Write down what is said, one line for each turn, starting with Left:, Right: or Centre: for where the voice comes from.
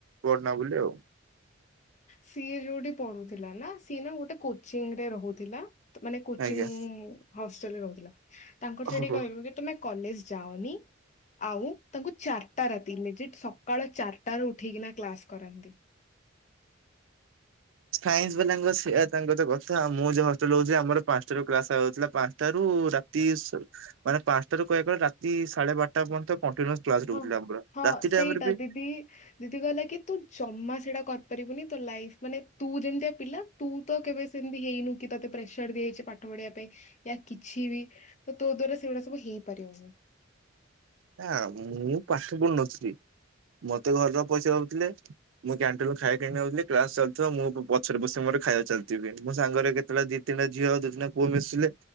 Right: କରନା ବୋଲି ଆଉ।
Left: ସିଏ ଯୋଉଠି ପଢୁଥିଲା ନା ସିଏ ନା ଗୋଟେ କୋଚିଂରେ ରହୁଥିଲା। ମାନେ କୋଚିଂ
Right: ଆଜ୍ଞା।
Left: ହଷ୍ଟେଲରେ ରହୁଥିଲା। ତାଙ୍କର
Right: ଓହୋ।
Left: ସେଠିକେ କହିବ କି ତମେ କଲେଜ ଯାଅନି। ଆଉ ତାଙ୍କୁ ଚାରିଟା ରାତି ନୁହେଁ। ସକାଳ ଚାରିଟା ରୁ ଉଠିକିନା କ୍ଲାସ କରାନ୍ତି।
Right: ସାଇନ୍ସ ବାଲାଙ୍କ ସେ ତାଙ୍କ ତ କଥାଉ ମୁଁ ଯୋଉ ହଷ୍ଟେଲ ହଉଛି ଆମର ପାଞ୍ଚଟା ରୁ କ୍ଲାସଥିଲା ପାଞ୍ଚଟା ରୁ ରାତି ରାତି ମାନେ ପାଞ୍ଚଟାାରୁୁ କହିବାକୁ ରାତି ସାଢେ ବାରଟା ପର୍ଯ୍ୟନ୍ତ। କ୍ଲାସ୍ ରହୁଥିଲା
Left: ହଁ
Right: ଆମର।
Left: ହଁ
Right: ରାତି
Left: ସେଇଟା
Right: ଟାଇମରେ ବି
Left: ଦିଦି ଦିଦି କହିଲା କି ତୁ ଜମା ସେଇଟା କରିପାରିବୁନି ତୋ ଲାଇଫ ମାନେ ତୁ ଯେମିତିଆ ପିଲା ତୁ ତ କେବେ ସେମିତି ହେଇନୁ କି ତତେ ପ୍ରେସର ଦିଆଯାଇଛି ପାଠ ପଢିବା ପାଇଁ। ୟ କିଛି ବି ତ ତୋ ଦ୍ଵାରା ସେଗୁଡା ସବୁ ହେଇପାରିବନି।
Right: ନା ମୁଁ ପାଠ ପଢ଼ୁ ନଥିଲି। ମତେ ଘର ପଇସା ଦଉଥିଲେ ମୁଁ କ୍ୟାଣ୍ଟିନୁ ଖାଇବାକଣି ନେଉଥିଲି କ୍ଲାସ ଚାଲିଥିବ ମୁଁ ପଛରେ ବସି ମୋର ଖାଇବା ଚାଲିଥିବ ମୋ ସାଙ୍ଗରେ କେତେଟା ଦି ତିନିଟା ଝିଅ ଦି ଦଟା ପୁଅ ମିଶିଲ